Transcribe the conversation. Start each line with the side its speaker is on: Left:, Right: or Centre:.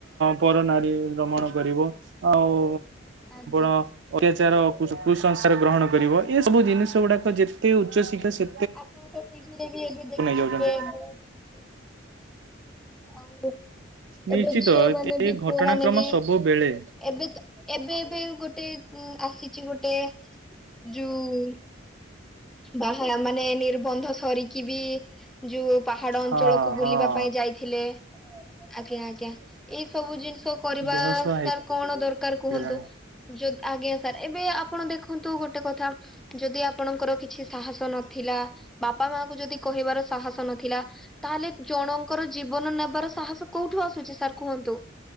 Right: ପର ନାରୀ ରମଣ କରିବ ଆଉ
Centre: ଆଜ୍ଞା
Right: ଆ ଅତ୍ୟାଚାର କୁସଂସ୍କାର ଗ୍ରହଣ କରିବ ଏସବୁ ଜିନିଷ ଗୁଡ଼ାକ ଯେତେ ଉଚ୍ଚଶିକ୍ଷା ସେ
Centre: ଆପଣ ତ ଟିଭିରେ ବି ଏବେ ଦେଖିଥିବେ
Right: ଯାଉଛନ୍ତି
Centre: ବହୁତ କିଛି ଆଉ
Right: ନିଶ୍ଚିତ
Centre: ଏବେ ଝିଅ ମାନେ
Right: ଏ
Centre: ବି
Right: ଘଟଣାକ୍ରମ
Centre: ପୁଅ ମାନେ ବି
Right: ସବୁବେଳେ
Centre: ଏବେ ଏବେ ଏବେ ଗୋଟେ ଆସିଚି ଗୋଟେ ଯୋଉ ବାହା ମାନେ ନିର୍ବନ୍ଧ ସରିକି ବି ଯୋଉ ପାହାଡ ଅଞ୍ଚଳକୁ
Right: ହଁ ହଁ
Centre: ବୁଲିବା ପାଇଁ ଯାଇଥିଲେ ଆଜ୍ଞା ଆଜ୍ଞା ଏଇ ସବୁ ଜିନିଷ କରିବା
Right: ଦେହସୁଆ
Centre: ସାର୍ କଣ ଦରକାର
Right: ହେଇଗଲାଣି
Centre: କୁହନ୍ତୁ ଆଜ୍ଞା ସାର୍ ଏବେ ଆପଣ ଦେଖନ୍ତୁ ଗୋଟେ କଥା ଯଦି ଆପଣଙ୍କର କି କିଛି ସାହସ ନଥିଲା ବାପା ମା କୁ ଯଦି କହିବାର ସାହସ ନଥିଲା ତାହେଲେ ଜଣଙ୍କର ଜୀବନ ନେବାର ସାହସ କୋଉଠୁ ଆସୁଛି ସାର୍ କୁହନ୍ତୁ